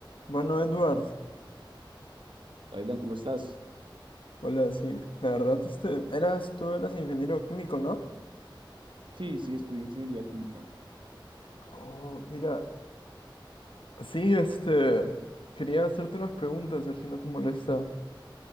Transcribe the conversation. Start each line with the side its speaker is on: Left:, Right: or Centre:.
Left: Bueno, Edward,
Right: Dylan, ¿cómo estás?
Left: hola, sí, la verdad, este, eras, tú eras ingeniero químico, ¿no?
Right: Sí, sí, estudié ingeniería química.
Left: Oh, mira, sí, este, quería hacerte unas preguntas, a ver si no te molesta.